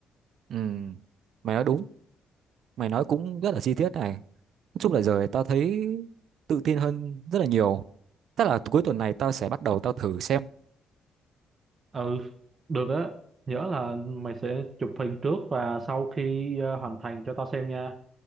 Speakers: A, on the right; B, on the right.
A: ừ mày nói đúng mày nói cũng rất là chi tiết này nói chung là giờ tao thấy tự tin hơn rất là nhiều tức là cuối tuần này tao sẽ bắt đầu tao thử xem
B: Ừ, được á. Nhớ là mày sẽ chụp hình trước và sau khi ờ, hoàn thành cho tao xem nha.